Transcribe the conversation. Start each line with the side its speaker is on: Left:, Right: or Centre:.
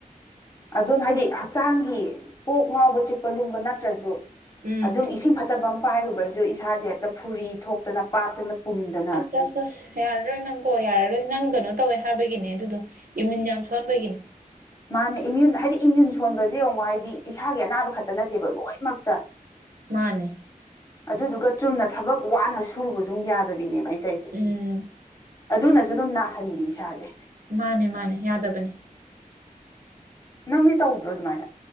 Left: ꯑꯗꯨꯅ ꯍꯥꯏꯗꯤ ꯍꯛꯆꯥꯡꯒꯤ ꯄꯣꯛ ꯉꯥꯎꯕ ꯆꯤꯛꯄ ꯂꯨꯝꯕ ꯅꯠꯇ꯭ꯔꯁꯨ
Right: ꯎꯝ
Left: ꯑꯗꯨꯝ ꯏꯁꯤꯡ ꯐꯠꯇꯕꯃ ꯄꯥꯏꯔꯨꯕꯩꯁꯨ ꯏꯁꯥꯁꯦ ꯍꯦꯛꯇ ꯐꯨꯔꯤ ꯊꯣꯛꯇꯅ ꯄꯥꯠꯇꯅ ꯄꯨꯝꯗꯅ
Right: ꯑꯁ ꯑꯁ ꯑꯁ ꯌꯥꯔꯔꯣꯏ ꯅꯪ ꯀꯣ ꯌꯥꯔꯔꯣꯏ ꯅꯪ ꯀꯩꯅꯣ ꯇꯧꯋꯦ ꯍꯥꯏꯕꯒꯤꯅꯦ ꯑꯗꯨꯗꯣ ꯏꯃ꯭ꯌꯨꯟ ꯌꯥꯝ ꯁꯣꯟꯕꯒꯤꯅꯦ
Left: ꯃꯥꯅꯦ ꯏꯃ꯭ꯌꯨꯟ ꯍꯥꯏꯗꯤ ꯏꯃ꯭ꯌꯨꯟ ꯁꯣꯟꯕꯁꯦ ꯌꯦꯡꯉꯣ ꯍꯥꯏꯗꯤ ꯏꯁꯥꯒꯤ ꯑꯅꯥꯕ ꯈꯛꯇ ꯅꯠꯇꯦꯕ ꯂꯣꯏꯅꯃꯛꯇ
Right: ꯃꯥꯅꯦ
Left: ꯑꯗꯨꯗꯨꯒ ꯆꯨꯝꯅ ꯊꯕꯛ ꯋꯥꯅ ꯁꯨꯔꯨꯕꯁꯨ ꯌꯥꯗꯕꯤꯅꯦꯕ ꯑꯩꯅ ꯇꯧꯔꯤꯁꯦ
Right: ꯎꯝ
Left: ꯑꯗꯨꯅꯁꯨ ꯑꯗꯨꯝ ꯅꯥꯍꯟꯕꯤ ꯏꯁꯥꯁꯦ
Right: ꯃꯥꯅꯦ ꯃꯥꯅꯦ ꯌꯥꯗꯕꯅꯤ
Left: ꯅꯪꯗꯤ ꯇꯧꯗ꯭ꯔꯣ ꯑꯗꯨꯃꯥꯏꯅ